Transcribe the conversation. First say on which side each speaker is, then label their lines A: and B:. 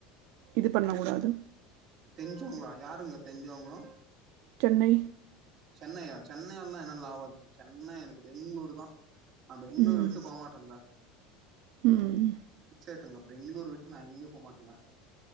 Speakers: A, on the right; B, on the right.
A: இது பண்ண கூடாது
B: தெஞ்சவ்ங்களா யாருங்க தெஞ்சவ்ங்கோ
A: சென்னை
B: சென்னையா சென்னையெல்லா என்னால ஆவாதுங்க சென்னை எனக்கு பெங்ளூரு தா நீ பெங்ளூரு
A: ம்
B: விட்டு போ மாட்டங்க
A: ம்
B: கேட்டேங்க பெங்களூரு விட்டு நா எங்கே போகமாட்டேங்க